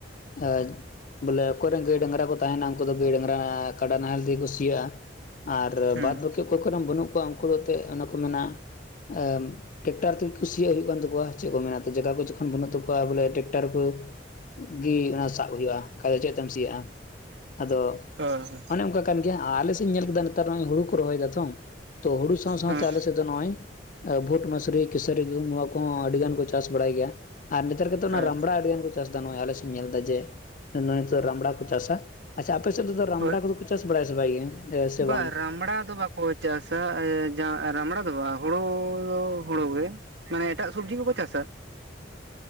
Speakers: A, on the left; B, on the right.
A: ᱮᱸ ᱵᱚᱞᱮ ᱚᱠᱚᱭ ᱨᱮᱱ ᱜᱟᱹᱭ ᱰᱟᱝᱨᱟ ᱠᱚ ᱛᱟᱦᱮᱱᱟ ᱩᱝᱠᱳ ᱫᱚ ᱜᱟᱹᱭ ᱰᱟᱝᱨᱟ ᱠᱟᱰᱟ ᱱᱟᱦᱮᱞ ᱛᱮᱜᱮ ᱠᱩ ᱥᱤᱭᱟᱜ-ᱟ, ᱟᱨ
B: ᱦᱩᱸ
A: ᱵᱟᱫᱽ ᱵᱟ ᱱᱤᱛᱚᱜ ᱚᱠᱚᱭ ᱠᱚᱨᱮᱢ ᱵᱟᱹᱱᱩᱜ ᱠᱚᱣᱟ ᱩᱝᱠᱳ ᱫᱚ ᱛᱮᱜ ᱚᱱᱮ ᱠᱚ ᱢᱮᱱᱟ ᱮ ᱴᱨᱮᱠᱴᱟᱨ ᱛᱤᱜᱤ ᱠᱩᱥᱤᱭᱟᱜ ᱦᱩᱭᱩᱜ ᱠᱟᱱ ᱛᱟᱠᱚᱣᱟ ᱪᱮᱷ ᱠᱚ ᱢᱮᱱᱟ ᱡᱟᱹᱜᱟ ᱠᱚ ᱡᱚᱠᱷᱚᱱ ᱵᱟᱹᱱᱩᱜ ᱛᱟᱠᱚᱣᱟ ᱵᱚᱞᱮ ᱴᱨᱮᱠ ᱴᱟᱨ ᱠᱩ ᱜᱤ ᱚᱱᱟ ᱥᱟᱵ ᱦᱩᱭᱩᱜ-ᱟ ᱵᱟᱠᱷᱟᱡ ᱫᱚ ᱪᱮᱜ ᱛᱮᱢ ᱥᱤᱭᱟᱹᱜ-ᱟ᱾ ᱟᱫᱚ
B: ᱦᱳᱭ
A: ᱚᱱᱮ ᱚᱱᱠᱟ ᱠᱟᱱ ᱜᱮᱭᱟ ᱟᱞᱮ ᱥᱮᱜ ᱤᱧ ᱧᱮᱞ ᱠᱮᱫᱟ ᱱᱮᱛᱟᱨ ᱱᱚᱜ ᱚᱭ ᱦᱩᱲᱩ ᱠᱚ ᱨᱚᱦᱚᱭ ᱫᱟ ᱛᱚ᱾ ᱛᱚ ᱦᱩᱲᱩ ᱥᱟᱶ ᱥᱟᱶᱛᱮ
B: ᱦᱳᱭ
A: ᱟᱞᱮ ᱥᱮᱫ ᱫᱚ ᱱᱚᱜ-ᱚᱭ ᱵᱷᱩᱴ ᱢᱟᱹᱥᱨᱤ ᱠᱮᱥᱟᱹᱨᱤ ᱜᱩᱦᱩᱢ ᱱᱚᱣᱟ ᱠᱚᱦᱚᱸ ᱟᱹᱰᱤ ᱜᱟᱱ ᱠᱚ ᱪᱟᱥ ᱵᱟᱲᱟᱭ ᱜᱮᱭᱟ, ᱟᱨ ᱱᱮᱛᱟᱨ ᱜᱮᱛᱚ ᱱᱚᱣᱟ
B: ᱦᱳᱭ
A: ᱨᱟᱢᱲᱟ ᱟᱹᱰᱤᱜᱟᱱ ᱠᱚ ᱪᱟᱥᱫᱟ ᱱᱚ-ᱚᱭ ᱟᱞᱮ ᱥᱮᱧ ᱧᱮᱞ ᱫᱟ ᱡᱮ ᱱᱚᱜ-ᱚᱭ ᱱᱤᱛᱚᱜ ᱨᱟᱢᱲᱟ ᱠᱚ ᱪᱟᱥᱟ᱾ ᱟᱪᱪᱷᱟ ᱟᱯᱮ ᱥᱮᱫ ᱫᱚ ᱨᱟᱢᱵᱲᱟ
B: ᱦᱳᱭ
A: ᱠᱚᱫᱚ ᱠᱚ ᱪᱟᱥ ᱵᱟᱲᱟᱭᱟ ᱥᱮ ᱵᱟᱭ ᱜᱮ ᱦᱮᱸ ᱥᱮ
B: ᱵᱟ
A: ᱵᱟᱝ?
B: ᱨᱟᱢᱲᱟ ᱫᱚ ᱵᱟᱠ ᱚ ᱪᱟᱥᱟ ᱮ ᱡᱟ ᱨᱟᱢᱲᱟ ᱫᱚ ᱵᱟ ᱦᱳᱲᱳ ᱦᱳᱲᱳ ᱜᱮ, ᱢᱟᱱᱮ ᱮᱴᱟᱜ ᱥᱩᱵᱽᱡᱤ ᱠᱚᱠᱚ ᱪᱟᱥᱟ᱾